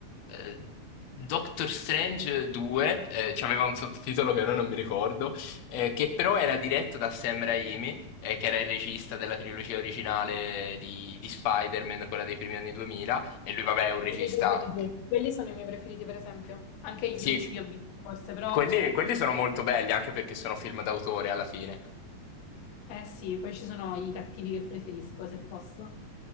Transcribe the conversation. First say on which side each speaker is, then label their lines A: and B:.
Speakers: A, on the left; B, on the left.
A: eh, Doctor Strange 2, eh, c'aveva un sottotitolo che ora non mi ricordo, eh, che però era diretto da Sam Raimi, eh, che era il regista della trilogia originale di, di Spider-Man, quella dei primi anni 2000, e lui, vabbè, è un regista.
B: I miei preferiti. Quelli sono i miei preferiti, per esempio. Anche
A: Sì,
B: gli unici che ho visto, forse, però,
A: quelli
B: cioè,
A: quelli sono molto belli anche perché sono film d'autore alla fine.
B: eh sì, poi ci sono i cattivi che preferisco, se posso.